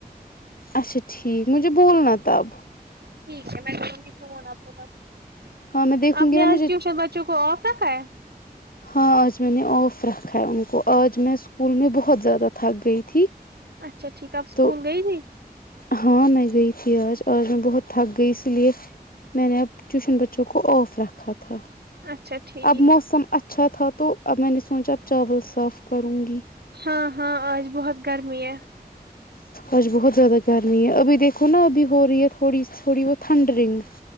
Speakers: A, on the left (about 60°); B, on the right (about 75°).
A: اچھا ٹھیک مجھے بولنا تب
B: ٹھیک ہے میں کروں گی فون آپ کو تب
A: ہاں میں دیکھوں
B: آپ
A: گی
B: نے
A: نا مجھے
B: آج ٹیوشن بچوں کو آف رکھا ہے
A: ہاں آج میں نے آف رکھا ہے ان کو آج میں اسکول میں بہت زیادہ تھک گئی تھی
B: اچھا ٹھیک ہے آپ اسکول
A: تو
B: گئی تھی
A: ہاں میں گئی تھی آج آج میں بہت تھک گئی اسی لیے میں نے اب ٹیوشن بچوں کو آف رکھا تھا
B: اچھا ٹھیک
A: اب موسم اچھا تھا تو اب میں نے سوچا اب چاول صاف کروں گی
B: ہاں ہاں آج بہت گرمی ہے
A: آج بہت زیادہ گرمی ہے ابھی دیکھو نا ابھی ہو رہی ہے تھوڑی تھوڑی بہت تھنڈ رنگ